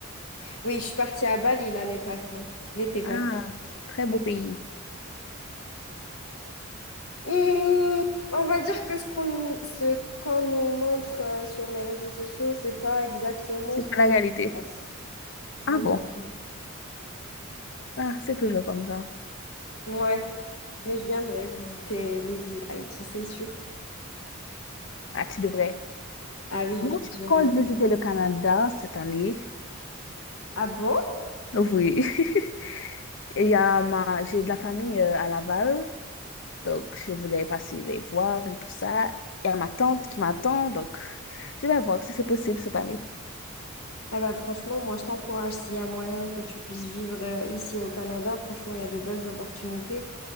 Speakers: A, on the left (about 75°); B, on the left (about 55°).
A: Oui, je suis partie à Bali l'année passée, l'été passé.
B: Ah, très beau pays.
A: Hmm, on va dire que ce qu'on ce qu'on nous montre euh, sur les réseaux sociaux, c'est pas exactement
B: C'est
A: ce
B: pas
A: qu'on
B: la réalité.
A: passe,
B: Ah
A: malheureusement.
B: bon? Ah, c'est toujours comme ça.
A: Ouais, mais je viendrai visiter les îles Haïti, c'est sûr.
B: Ah, tu devrais.
A: Ah oui,
B: Moi,
A: oui,
B: je
A: je vois.
B: compte visiter le Canada cette année.
A: Ah bon?
B: Oui. <laughs> Et il y a ma... J'ai de la famille euh, à Laval, donc je voulais passer les voir et tout ça. Il y a ma tante qui m'attend, donc je vais voir si c'est possible cette année.
A: Ah bah franchement, moi je t'encourage s'il y a moyen que tu puisses vivre euh, ici au Canada. Franchement, il y a de belles opportunités.